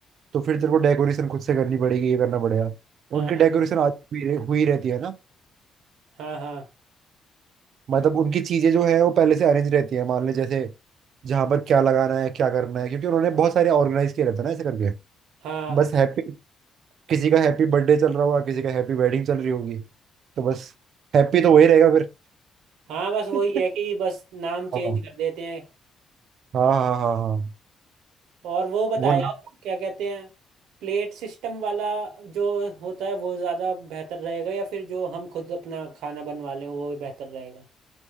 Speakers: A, on the right; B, on the right.
A: तो फिर तेरे को डेकोरेशन खुद से करनी पड़ेगी ये करना पड़ेगा
B: हाँ
A: उनकी डेकोरेशन आज हुई रह- हुई रहती है ना
B: हाँ हाँ
A: मतलब उनकी चीजें जो है वो पहले से अरेंज रहती है मान ले जैसे जहाँ पर क्या लगाना है क्या करना है क्योंकि उन्होंने बहुत सारे ऑर्गेनाइज किए रहते हैं ना ऐसे करके
B: हाँ
A: बस हैप्पी किसी का हैप्पी बर्थडे चल रहा होगा किसी का हैप्पी वेडिंग चल रही होगी तो बस हैप्पी तो वही रहेगा फिर
B: हाँ बस
A: <laughs>
B: वही है कि बस नाम चेंज
A: हाँ
B: कर देते हैं
A: हाँ हाँ हाँ हाँ।
B: और वो बताया
A: वो ना
B: क्या कहते हैं प्लेट सिस्टम वाला जो होता है वो ज़्यादा बेहतर रहेगा या फिर जो हम खुद अपना खाना बनवा लें वो बेहतर रहेगा